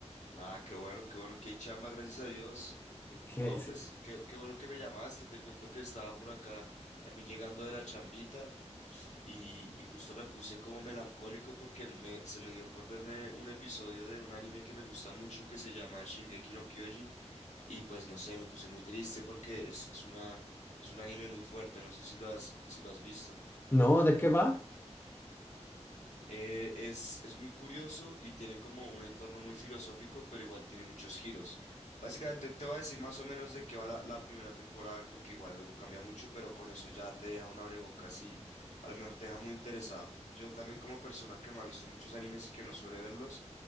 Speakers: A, on the left (about 80°); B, on the left (about 20°).
A: Ah, qué bueno, qué bueno, qué chamba, gracias a Dios.
B: ¿Qué
A: No,
B: es?
A: pues, qué, qué bueno que me llamaste. Te cuento que estaba por acá también llegando de la chambita y, y justo me puse como melancólico porque me, se me dio por verme un episodio de un anime que me gusta mucho que se llama Shingeki no Kyojin y pues no sé, me puse muy triste porque es, es una, es un anime muy fuerte. No sé si lo has, si lo has visto.
B: ¿No? ¿De qué va?
A: Eh, es, es muy curioso y tiene como un entorno muy filosófico, pero igual tiene muchos giros. Básicamente te voy a decir más o menos de qué va la, la primera temporada, porque igual luego cambia mucho, pero con eso ya te deja un abrebocas y a lo mejor te deja muy interesado. Yo también como persona que no ha visto muchos animes y que no suele verlos,